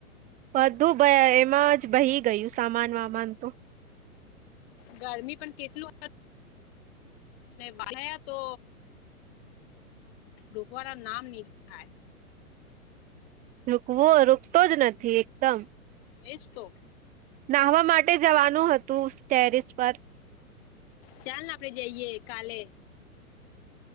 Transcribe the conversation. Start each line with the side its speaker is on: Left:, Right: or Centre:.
Right: બધું એમાં જ બહી ગયું સામાન વામાન તો.
Left: ગરમી પણ કેટલું. વા તો ઢોકવાળ નામ નહી થાય.
Right: રોકવો રોકતો જ નથી એકદમ
Left: એ જ તો.
Right: નાહવા માટે જવાનું હતું ટેરિસ પર.
Left: ચાલ ને આપડે જઈએ કાલે.